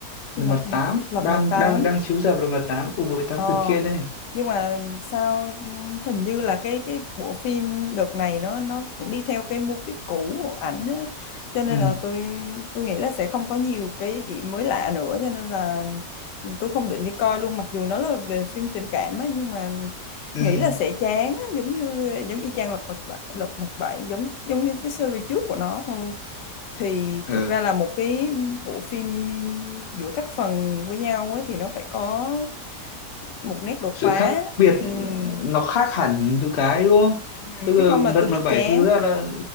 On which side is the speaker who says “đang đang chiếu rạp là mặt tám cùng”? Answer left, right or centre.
Left